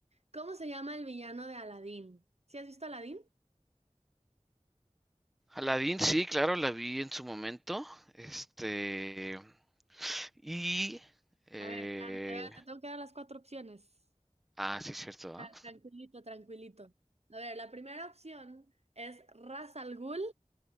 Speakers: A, on the right (about 55°); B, in the centre.
A: ¿Cómo se llama el villano de Aladdin? ¿Sí has visto Aladdin?
B: Aladdin, sí, claro, la vi en su momento. Este. Y. eh,
A: A ver, espérame, todavía te tengo que dar las cuatro opciones.
B: ah, sí, es cierto,
A: Tra-
B: ¿ah?
A: Tranquilito, tranquilito. A ver, la primera opción es Ras Al Ghul.